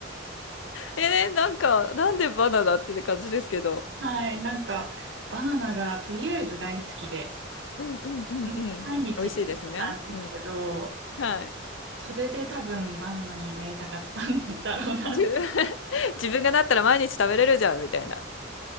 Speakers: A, on the left; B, on the right.
A: えーなんか、なんでバナナってって感じですけど。
B: はい。なんか、バナナがとりあえず大好きで、
A: うんうんうんうん。
B: うん毎日なんですけど、
A: 美味しいですね。うん。はい。
B: それで多分バナナになりたかったんだろうな
A: 自分 <laughs> 自分がなったら毎日食べれるじゃん、みたいな。